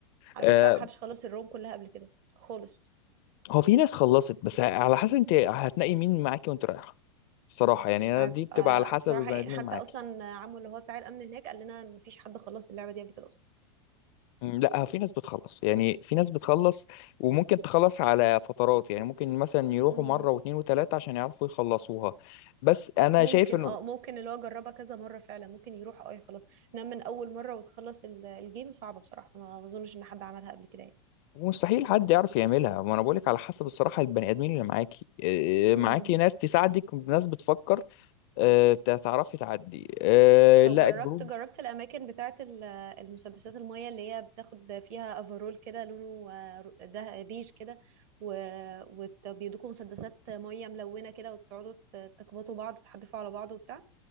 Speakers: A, on the right (about 50°); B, on the left (about 45°).
A: على
B: آه
A: فكره ما حدش خلص الروم كلها قبل كده خالص
B: هو في ناس خلصت بس على حسب انت هتنقي مين معاكي وانت رايحه الصراحه يعني
A: مش
B: أنا
A: عارفه
B: دي بتبقى
A: انا
B: على حسب
A: بصراحه
B: البني
A: يعني
B: ادمين
A: حتى
B: اللي معاكي
A: اصلا عمو اللي هو بتاع الامن هناك قال لنا ما فيش حد خلص اللعبه دي قبل كده اصلا
B: مم، لا في ناس بتخلص يعني في ناس بتخلص وممكن تخلص على فترات يعني ممكن مثلا يروحوا
A: مم.
B: مرة واثنين وثلاثة عشان يعرفوا يخلصوها بس انا
A: ممكن
B: شايف انه
A: اه ممكن اللي هو جربها كذا مرة فعلا ممكن يروح اه خلاص انما من اول مرة وتخلص ال- الجيم صعبة بصراحة ما ما اظنش ان حد عملها قبل كده يعني
B: مستحيل حد يعرف يعملها ما انا بقولك على حسب الصراحة البني ادمين اللي معاكي إيه،
A: امم
B: معاكي ناس تساعدك ناس بتفكر آه، ت- تعرفي تعدي آه،
A: طب
B: لا
A: جربت
B: الجروب
A: جربت الاماكن بتاعة ال- المسدسات المية اللي هي بتاخد فيها افرول كده لونه آه، رو- ده بيج كده وبيدوكوا مسدسات مية ملونة كده وتقعدوا ت- تخبطوا بعض تحدفوا على بعض وبتاع